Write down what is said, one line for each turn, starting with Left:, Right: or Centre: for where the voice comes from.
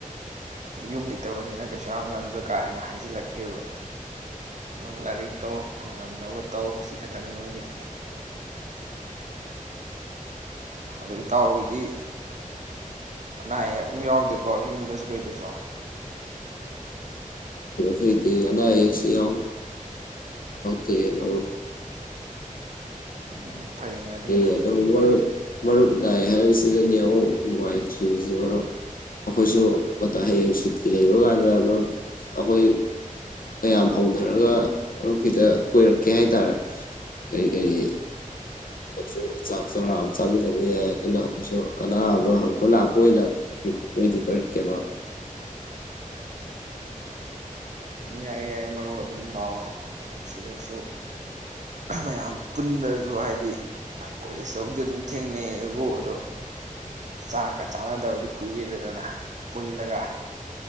Right: ꯌꯨꯝ ꯏꯇꯕꯅꯤꯅ ꯀꯩꯁꯨ ꯌꯥꯝꯅ ꯑꯗꯨꯗ ꯀꯥ ꯍꯦꯟꯅ ꯍꯥꯏꯖꯤꯜꯂꯛꯇꯦꯕ ꯑꯗꯨꯝ ꯂꯥꯏꯔꯤꯛ ꯇꯧ ꯉꯝꯅꯕ ꯇꯧ ꯁꯤ ꯈꯛꯇꯅꯤ ꯃꯣꯏꯒꯤꯗꯤ ꯑꯗ ꯏꯇꯥꯎꯒꯤꯗꯤ ꯑꯅꯥ ꯑꯌꯦꯛ ꯑꯗꯨꯝ ꯌꯥꯎꯗꯦꯀꯣ ꯌꯨꯝꯗꯁꯨ ꯀꯩꯗꯁꯨ
Left: ꯀꯩ ꯀꯩ ꯑꯅꯥ ꯑꯌꯦꯛꯁꯨ ꯐꯩ ꯃꯔꯨꯞ
Right: ꯎꯝ ꯐꯩꯅꯦ ꯑꯗꯨꯅ
Left: ꯂꯗꯣ ꯎ ꯋꯥ ꯃꯔ ꯏ ꯍꯥꯏꯁꯤꯨ ꯅꯨꯡ ꯋꯥꯏꯁꯤ ꯃꯔꯨꯞ ꯑꯩꯈꯣꯏꯁꯨ ꯑ ꯍꯌꯦꯡ ꯁꯤ ꯂꯩꯕ ꯀꯥꯟꯗ ꯃꯔ ꯑꯩꯈꯣꯏ ꯃꯌꯥꯝ ꯍꯧꯅꯔꯒ ꯃꯔꯨꯞ ꯈꯤꯇ ꯀꯣꯏꯔꯛꯀꯦ ꯍꯥꯏꯇꯥꯔꯦ ꯀꯔꯤ ꯀꯔꯤ꯫ <unintelligible> ꯆꯥꯛ ꯆꯔ ꯑꯃ ꯆꯥꯃꯤꯟꯅꯕ ꯌꯥꯏ ꯑꯗꯨꯅ ꯑꯈꫭꯏꯁꯨ ꯑꯅꯥꯕ ꯍꯪꯕ ꯂꯥꯛꯄ ꯑꫭꯏꯅ ꯀꫭꯏꯗꯤ ꯀꫭꯏꯔꯛꯀꯦ꯫
Right: ꯌꯥꯏ ꯌꯥꯏ ꯃꯔꯨꯞ ꯎꯝ ꯑꯗꯨꯝ ꯂꯥꯛꯑꯣ ꯁꯤꯗꯁꯨ ꯃꯌꯥꯝ ꯄꯨꯟꯗ꯭ꯔꯁꯨ ꯍꯥꯏꯗꯤ ꯀꯣꯂꯦꯖꯇꯕꯨꯗꯤ ꯑꯗꯨꯝ ꯊꯦꯡꯅꯩꯕꯨ ꯑꯗꯣ ꯆꯥꯛꯀ ꯆꯥꯟꯅꯗꯕꯗꯤ ꯀꯨꯏꯌꯦꯦꯗꯗꯅ ꯄꯨꯜꯂꯒ꯫